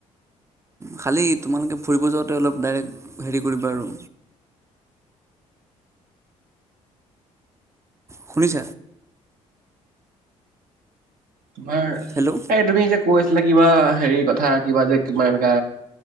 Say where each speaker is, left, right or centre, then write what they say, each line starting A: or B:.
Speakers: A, on the right (about 15°); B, on the right (about 55°).
A: খালী তোমালোকে ফুৰিব যাওঁতে অলপ ডাইৰেক্ট হেৰি কৰিবা আৰু শুনিছ
B: তোমাৰ
A: হেল্ল'
B: এই তুমি যে কৈছিলে কিবা হেৰি কথা কিবা যে কিবা এনেকাা